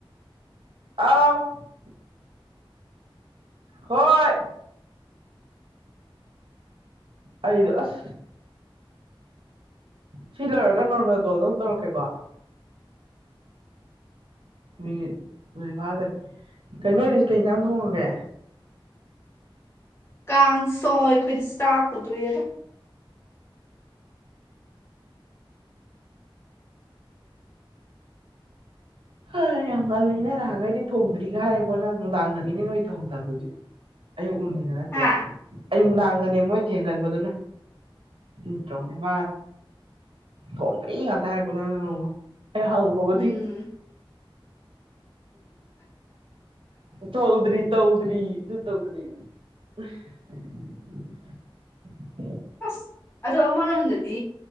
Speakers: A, on the right (about 70°); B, on the left (about 25°).
A: ꯑꯥ <unintelligible> <inaudible> ꯍꯣꯏ ꯑꯩꯗ ꯑꯁ ꯁꯤ ꯂꯣꯏꯔꯒ ꯅꯣꯔꯃꯦꯜ ꯀꯣꯜꯗ ꯑꯃꯝ ꯇꯧꯔꯛꯀꯦꯀꯣ ꯃꯤꯅꯤꯠ ꯑꯗꯨꯏ ꯐꯥꯗ꯭ꯔꯦ ꯀꯩꯅꯣꯔꯤꯁꯤ ꯀꯩꯀꯥꯟ ꯊꯣꯡꯉꯒꯦ
B: ꯀꯥꯡ ꯁꯣꯏ ꯑꯩꯈꯣꯏꯗꯤ ꯆꯥꯛꯀꯗꯣꯏꯑꯗ
A: ꯍ ꯌꯥꯝ ꯉꯜꯂꯤꯅꯦ ꯅꯍꯥꯟꯒꯩꯗꯤ ꯊꯣꯡꯗ꯭ꯔꯤꯒ ꯍꯥꯏꯔꯦꯀꯣꯅ ꯅꯨꯡꯗꯥꯡꯗꯅꯤꯅꯦ ꯅꯣꯏ ꯊꯣꯡꯗꯕꯗꯨꯗꯤ ꯑꯌꯨꯛ ꯅꯨꯡꯅꯤꯗ ꯅꯠꯇꯦ
B: ꯍꯥ
A: ꯑꯌꯨꯨꯝꯗꯥꯡꯗꯅꯦꯕ ꯅꯣꯏ ꯊꯦꯡꯒꯟꯕꯗꯨꯅ ꯏꯠꯇꯦ ꯃꯥ ꯐꯕ꯭ꯔꯦ ꯉ ꯇꯔ ꯀꯃ ꯑꯦ ꯍꯥꯎꯉ ꯃꯒꯗꯤ
B: ꯎꯝ
A: ꯇꯧꯗ꯭ꯔꯤ ꯇꯧꯗ꯭ꯔꯤ ꯑꯗꯨ ꯇꯧꯗ꯭ꯔꯤ <unintelligible> <inaudible>
B: ꯑꯁ ꯑꯃꯔꯣꯝꯗꯗꯤ